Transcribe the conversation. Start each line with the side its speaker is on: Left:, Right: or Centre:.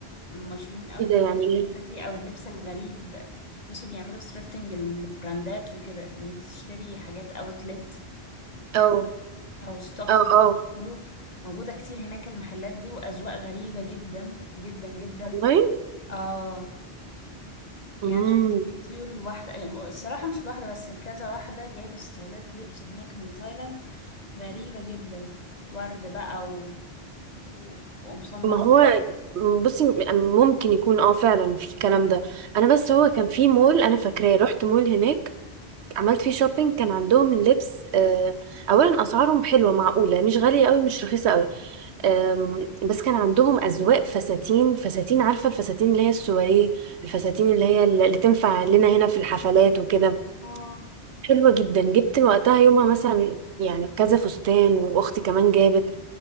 Left: مشهورين قوي
Right: ايه
Left: بالحتة
Right: ده يعني ايه
Left: دي او اللبس الغريب بصي بيعملوا ثريفتنج البراندات وكده ان انتي تشتري حاجات اوتلت
Right: اه
Left: او ستوكس
Right: اه
Left: زي
Right: اه
Left: ما بيقولوا موجودة كتير هناك المحلات دي واذواق غريبة جدا جدا جدا
Right: والله
Left: اه يعني
Right: مم.
Left: أنا شفت فيديو لواحدة الصراحة مش لواحدة بس لكذا واحدة جايبة ستايلات لبس هناك من تايلاند غريبة جدا ورد بقى و... و... وقمصان
Right: ما
Left: واسعة
Right: هو بصي ممكن يكون اه فعلا في الكلام ده انا بس هو كان في مول انا فاكراه رحت مول هناك عملت فيه شوبينج كان عندهم اللبس آه، اولا اسعارهم حلوه معقوله مش غاليه قوي مش رخيصه قوي أم، بس كان عندهم أذواق فساتين فساتين عارفة الفساتين اللي هي السواريه الفساتين اللي هي اللي تنفع لنا هنا في الحفلات وكده
Left: اه
Right: حلوة جدا جبت وقتها يومها مثلا يعني كذا فستان وأختي كمان جابت